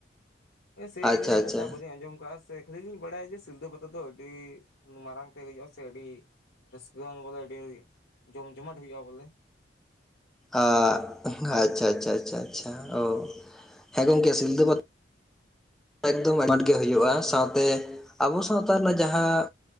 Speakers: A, on the left (about 75°); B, in the centre.
A: ᱮ ᱥᱮ
B: ᱟᱪᱪᱷᱟ
A: ᱤᱱᱟᱹᱜ ᱤᱱᱟᱹᱜᱴᱟ
B: ᱟᱪᱪᱷᱟ
A: ᱵᱟᱹᱞᱤᱧ ᱟᱸᱡᱚᱢ ᱠᱟᱜᱼᱟ ᱥᱮ ᱠᱷᱟᱹᱞᱤ ᱞᱤᱧ ᱵᱟᱲᱟᱭᱟ ᱡᱮ ᱥᱤᱞᱫᱟᱹ ᱯᱟᱛᱟ ᱫᱚ ᱟᱹᱰᱤ ᱢᱟᱨᱟᱝ ᱛᱮ ᱦᱩᱭᱩᱜᱼᱟ ᱥᱮ ᱟᱹᱰᱤ ᱨᱟᱹᱥᱠᱟᱹᱣᱟᱱ ᱵᱚᱞᱮ ᱟᱹᱰᱤ ᱡᱚᱢ ᱡᱚᱢᱟᱴ ᱦᱩᱭᱩᱜᱼᱟ ᱵᱚᱞᱮ᱾
B: ᱟᱜᱸ ᱟᱪᱷᱟ ᱟᱪᱷᱟ ᱟᱪᱷᱟ ᱟᱪᱷᱟ ᱪᱷᱟ ᱚ ᱦᱮᱸ ᱜᱚᱢᱠᱮ ᱥᱤᱞᱫᱟᱹ ᱯᱟ ᱮᱠᱫᱚᱢ ᱟᱸᱴ ᱜᱮ ᱦᱩᱭᱩᱜᱼᱟ ᱥᱟᱶᱛᱮ ᱟᱵᱚ ᱥᱟᱶᱛᱟ ᱨᱮᱱᱟᱜ ᱡᱟᱦᱟᱸ